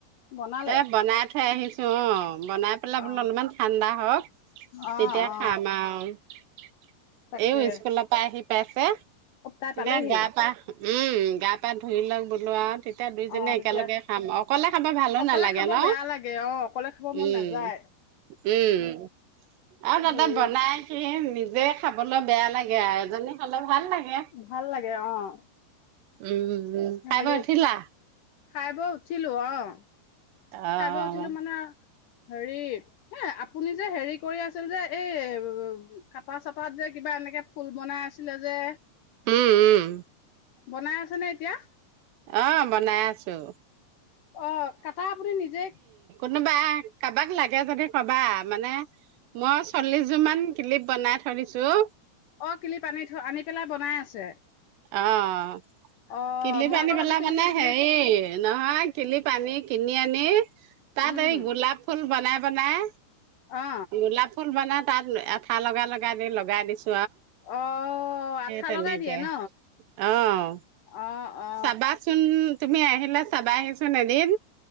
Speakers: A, on the left; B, on the right.
A: বনালে
B: এ বনাই থৈ আহিছো। অ বনাই পেলাই বোলো
A: অ
B: অলপমান ঠাণ্ডা হওক
A: অ
B: তেতিয়া
A: অ
B: খাম আৰু। <inaudible>
A: তাকে
B: এও স্কুলৰ পৰা আহি-
A: অ তাই
B: <unintelligible>
A: পালেহি
B: দে গা পা উম, গা পা ধুই লওক বোলো আৰু এতিয়া দুইজনে
A: অ
B: একেলগে
A: তেতিয়া
B: খাম অকলে খাব ভালো
A: অকলে
B: নালাগে
A: খাব
B: ন,
A: বেয়া লাগে অ অকলে খাব মন
B: উম
A: নাযায়
B: উম আৰু তাত
A: হেৰি
B: আকৌ বনাইছে যে খাবলৈ বেয়া লাগে আৰু এজনী খালে ভাল লাগে।
A: ভাল লাগে অ'।
B: উম। খাই
A: হেৰি
B: বৈ উঠিলা?
A: খাই বৈ উঠিলো অ'। খাই
B: অ',
A: বৈ উঠিলো মানে হেৰি এ আপুনি যে হেৰি কৰি আছিল যে এই কাটা চাটাত যে কিবা এনেকে ফুল বনাই আছিলে যে
B: উম উম।
A: বনাই আছে নে এতিয়া?
B: অ' বনাই আছো।
A: অ' কাটা আপুনি নিজে
B: কোনোবা কাৰোবাক লাগে যদি কবা মানে মই চল্লিশ জোৰ মান ক্লিপ বনাই থৈ দিছো।
A: অ কিলিপ আনি থৈ আনি পেলাই <unintelligible>
B: অ'।
A: অ
B: কিলিপ
A: মই
B: আনি
A: আকৌ
B: পেলাই
A: ভাবিছিলো
B: মানে
A: বোলো কিলিপ
B: হেৰি নহয় কিলিপ আনি কিনি আনি তাত
A: উম
B: এই গোলাপ ফুল বনাই বনাই
A: অ
B: গোলাপ ফুল বনাত তাত এঠা লগাই লগাই দি লগাই দিছো।
A: অ', আঠা
B: তেনেকে।
A: লগাই দিয়ে ন।
B: অ',
A: অ। অ
B: চাবাচোন তুমি আহিলে চাবাহি চোন এদিন।